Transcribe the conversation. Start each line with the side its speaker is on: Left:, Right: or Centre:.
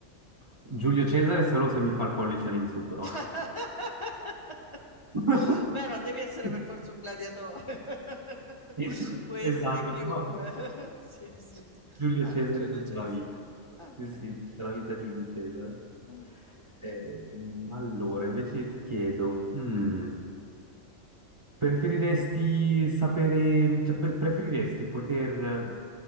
Right: Giulio Cesare solo se mi fa il pollice all'insù, però.
Left: <laughs>
Right: <laughs>
Left: Beh, non devi essere per forza un gladiatore, <laughs>
Right: <laughs>
Left: puoi
Right: Esatto,
Left: essere chiunque.
Right: però
Left: <laughs> Sì, sì, sì.
Right: Giulio
Left: Ah,
Right: Cesare
Left: Giulio
Right: tutta
Left: Cesare.
Right: la vita.
Left: Ah, ok,
Right: Sì, sì, tutta la vita
Left: ok,
Right: Giulio Cesare.
Left: ah, ok.
Right: Eh, mm, allora, invece ti chiedo, mm, preferiresti sapere, cioè, pre- preferiresti poter